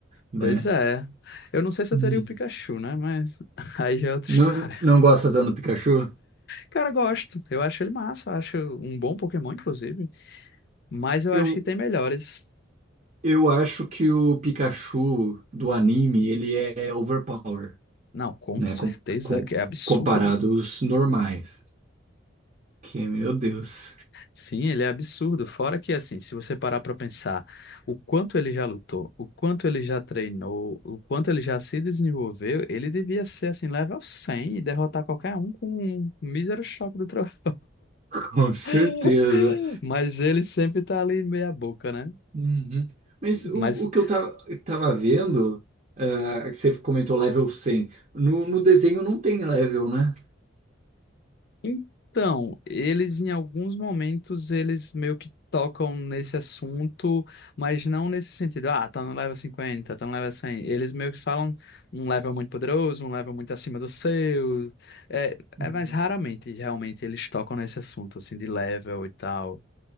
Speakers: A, on the right (about 35°); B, on the left (about 55°).
A: né?
B: Pois é. Eu não sei se
A: Hum.
B: eu teria o Pikachu, né? Mas <laughs> aí já é outra
A: Não,
B: história.
A: não gosta tanto do Pikachu?
B: Cara, gosto. Eu acho ele massa. eu Acho um bom Pokémon, inclusive. Mas eu
A: Eu,
B: acho que tem melhores.
A: eu acho que o Pikachu do anime, ele é overpower.
B: Não, com
A: né?
B: certeza,
A: Com, com,
B: que é absurdo.
A: comparado aos normais. Que, meu Deus,
B: Sim, ele é absurdo. Fora que, assim, se você parar para pensar o quanto ele já lutou, o quanto ele já treinou, o quanto ele já se desenvolveu, ele devia ser, assim, level 100 e derrotar qualquer um com um mísero choque do trovão.
A: <laughs> com certeza.
B: <laughs> Mas ele sempre tá ali meia boca, né?
A: Uhum. Mas o,
B: Mas
A: o que eu tava, tava vendo, ah, que você comentou level 100, no, no desenho não tem level, né?
B: Então, eles em alguns momentos eles meio que tocam nesse assunto, mas não nesse sentido, ah, tá no level cinquenta tá no level cem Eles meio que falam um level muito poderoso, um level muito acima do seu. É,
A: Hum.
B: é mais raramente, realmente, eles tocam nesse assunto, assim, de level e tal.